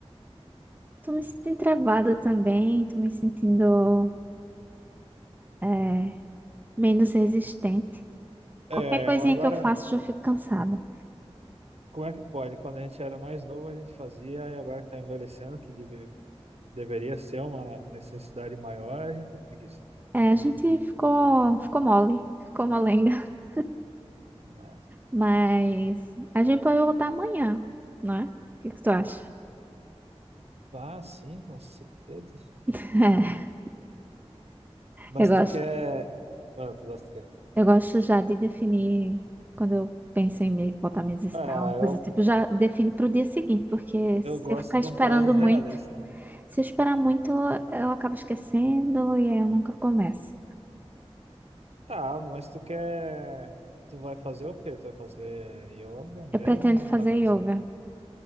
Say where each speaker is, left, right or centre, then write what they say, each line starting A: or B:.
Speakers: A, on the right; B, on the right.
A: Tô me sentindo travada também. Tô me sentindo, é, menos resistente.
B: É,
A: Qualquer coisinha
B: agora,
A: que eu faço, já fico cansada.
B: como é que pode? Quando a gente era mais novo, a gente fazia, e agora que tá envelhecendo, que deveria ser uma necessidade maior, a gente tem preguiça.
A: É, a gente ficou, ficou mole, ficou molenga. <laughs>
B: Mas,
A: Mas a gente pode voltar amanhã, não é? O que que tu acha?
B: ah, sim, tão cedo.
A: <laughs>
B: Mas
A: É, eu gosto.
B: tu quer. Ah, tu gosta do quê?
A: Eu gosto já de definir, quando eu penso em me botar minhas
B: Ah,
A: uma coisa
B: eu,
A: do tipo, já define para o dia seguinte, porque se
B: eu gosto
A: eu ficar
B: de
A: esperando
B: um prazo realista.
A: muito, se eu esperar muito, eu acabo esquecendo e aí eu nunca começo.
B: Tá, mas tu quer. Tu vai fazer o quê? Tu vai fazer yoga mesmo
A: Eu pretendo
B: ou
A: fazer
B: vai fazer.
A: yoga,